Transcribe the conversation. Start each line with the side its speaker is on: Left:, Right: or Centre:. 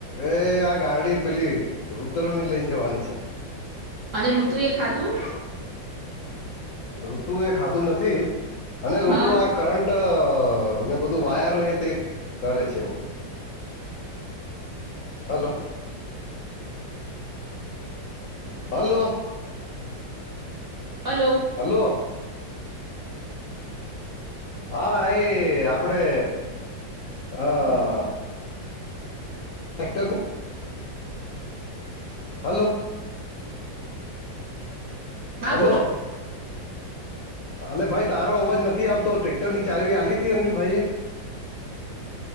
Left: અરે આ ગાડી પેલી રુદ્ર ની લઈને જવાની છે.
Right: અને ઋતુ એ ખાધું.
Left: ઋતુ એ ખાધું નથી અને ઋતુ
Right: હા
Left: આ કરંટ અ ને બધું વાયર ને તે કરે છે એમ હલો. હલો.
Right: હલો.
Left: હલો. હા એ આપડે હા અ ટ્રેક્ટર હું હલો.
Right: હા
Left: હલો.
Right: બોલો
Left: અલે ભાઈ તારો અવાજ નથી આવતો. ટ્રેક્ટર ની ચાવી આલી તી અનિલ ભાઈ એ